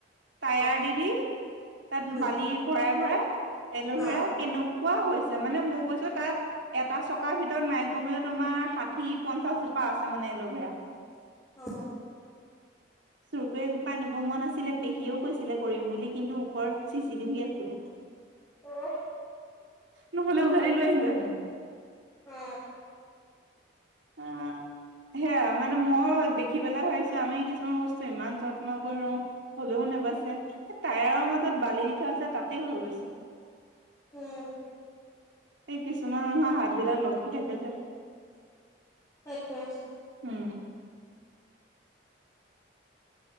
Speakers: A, on the right; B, on the left.
A: টায়াৰ
B: অ
A: দি- দি, তাত
B: উম
A: বালি ভৰাই- ভৰাই এল'ভেৰা
B: অ
A: কেনেকুৱা হৈছে, মানে মই কৈছো তাত এটা চকাৰ ভিতৰত নাইকমেও তোমাৰ ষাঠি-পঞ্চাশ জোপা আছে মানে এল'ভেৰা।
B: অ।
A: চোৰ কৰি এজোপা নিব মন আছিলে, পেহীয়েও কৈছিলে কৰিম বুলি, কিন্তু ওপৰত চিচি টিভি আছিলে।
B: অ।
A: নহ'লে উঘালি লৈ আহিলোহেতেন।
B: অ।
A: অ, সেয়া মানে মই দেখি পেলাই ভাবিছোঁ, আমি কিছুমান বস্তু ইমান যত যত্ন কৰো হ'লেও নাবাচে, এ টায়াৰৰ মাজত বালি দি থোৱা আছে, তাতে হৈ গৈছে।
B: উম।
A: সেই কিছুমান মানুহৰ হাত বিলাক লক্ষী থাকে যে।
B: সেইটোৱে।
A: উম।